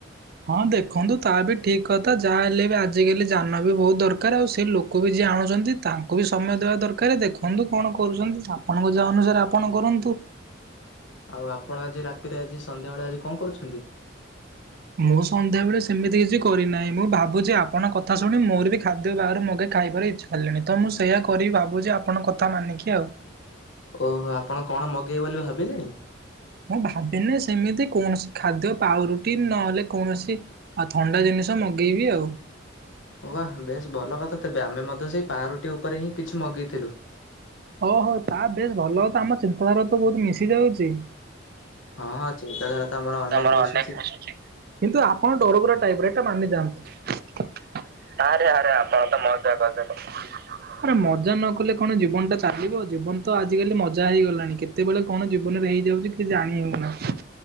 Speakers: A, on the right (about 50°); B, on the left (about 80°).
A: ହଁ ଦେଖନ୍ତୁ ତା ଏବେ ଠିକ କଥା ଯାହା ହେଲେ ବି ଆଜିକାଲି ଯାନ ବି ବହୁତ ଦରକାର ଆଉ ସେ ଲୋକ ବି ଯିଏ ଆଣୁଛନ୍ତି ତାଙ୍କୁ ବି ସମୟ ଦେବା ଦରକାର ଦେଖନ୍ତୁ କଣ କରୁଛନ୍ତି ଆପଣଙ୍କ ଯାହା ଅନୁସାରେ ଆପଣ କରନ୍ତୁ।
B: ଆଉ ଆପଣ ଆଜି ରାତିରେ ଆଜି ସନ୍ଧ୍ୟାବେଳେ ଆଜି କଣ କରୁଛନ୍ତି।
A: ମୁଁ ସନ୍ଧ୍ୟାବେଳେ ସେମିତି କିଛି କରିନାହିଁ ମୁଁ ଭାବୁଛି ଆପଣଙ୍କ କଥା ଶୁଣି ମୋର ବି ଖାଦ୍ୟ ବାହାରୁ ମଙ୍ଗେଇ ଖାଇବାର ଇଚ୍ଛା ହେଲାଣି ତ ମୁଁ ସେଇୟା କରିବି ଭାବୁଛି ଆପଣଙ୍କ କଥା ମାନିକି ଆଉ
B: ଓହୋ ଆପଣ କଣ ମଗେଇବେ ବୋଲି ଭାବିଲେଣି?
A: ମୁଁ ଭାବିଲେ ସେମିତି କୌଣସି ଖାଦ୍ୟ ପାଉ ରୁଟି ନହେଲେ କୌଣସି ଥଣ୍ଡା ଜିନିଷ ମଗେଇବି ଆଉ
B: ଓଆହା ବେଶ ଭଲ କଥା। ତେବେ ଆମେ ମଧ୍ୟ ସେଇ ପାଁ ରଟି ଉପରେ ହିଁ କିଛି ମଗେଇଥିଲୁ
A: ଓହୋ ତା ବେଶ ଭଲ ତ ଆମ ଚିନ୍ତାଧାରା ତ ବହୁତ ମିଶି ଯାଉଛି।
B: ହଁ ହଁ ଚିନ୍ତାଧାରା ତ ଆମର ଅନେକ
A: ତମର
B: ମିଶୁଛି
A: ଅନ କିନ୍ତୁ ଆପଣ ଡରଗୁର ଟାଇପରେ ମାନେ ଯାହାକର୍ <unintelligible> ଆରେ ଆରେ ଆପଣ ତ ମଜା କରି ଦେଲେ। ମଜା ନ କଲେ କଣ ଜୀବନଟା ସୁଧ୍ ଚାଲିବ ଜୀବନ ତ ଆଜିକାଲି ମଜା ହେଇଗଲାଣି କେତେବେଳେ କଣ ଜୀବନରେ ହେଇଯାଉଛି କିଛି ଜାଣି ହେଉନାହିଁ।